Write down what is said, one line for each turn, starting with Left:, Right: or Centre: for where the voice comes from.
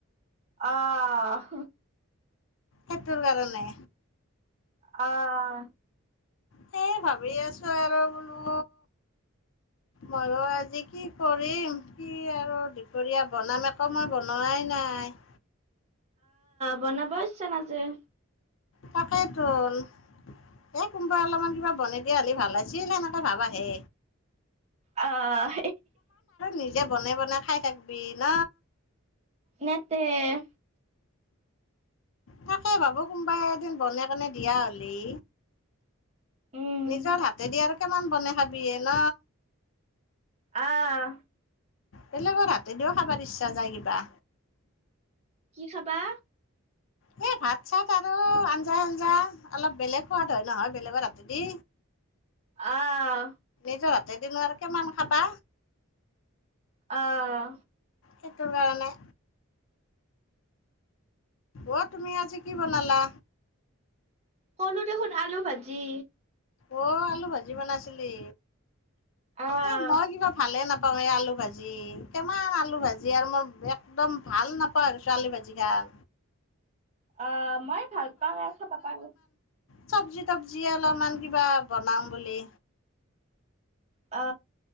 Right: অহ।
Left: সেইটোৰ কাৰণে।
Right: আহ
Left: সেই ভাবি আছো আৰু বোলো মইনো আজি কি কৰিম কি আৰু দুপৰীয়া বনাম এক একো মই বনোৱাই নাই অ
Right: বনাবও ইচ্ছা নাযায়।
Left: তাকেই টোন এ কোনবা অলপমান কিবা বনাই দিয় হ'লে ভাল আ <unintelligible>
Right: আহ।
Left: নিজে বনাই বনাই খাই থাকবি ন।
Right: নেতেই
Left: তাকে ভাবো কোমবাই এদিন বনাই কেনে দিয়া হ'লি।
Right: উম
Left: নিজৰ হাতেদি আৰু কিমান বনাই খাবি হে ন।
Right: অহ।
Left: বেলেগৰ হাতেদিও খাব ইচ্ছা যায় কিবা।
Right: কি খাবা।
Left: এ ভাত চাত আৰু আঞ্জা আঞ্জা অলপ বেলেগ সোৱাদ হয় নহয় বেলেগৰ হাতেদি।
Right: আহ।
Left: নিজৰ হাতে দিনো আৰু কিমান খাবা।
Right: আহ।
Left: সেটোৰ কাৰণে। অ', তুমি আজি কি বনালা?
Right: ক'লো দেখোন আলু ভাজি।
Left: অ', আলু ভাজি বনাইছিলি।
Right: আহ
Left: এ মই কিবা ভালে নাপ কমেই আলু ভাজি কিমান আলু ভাজি আৰু মই একদম ভাল নাপাওঁ আৰু আলু ভাজি খান।
Right: অ', মই ভাল পাওঁ পা <unintelligible>
Left: চবজি তবজি অলপমান কিবা বনাও বুলি।
Right: অ।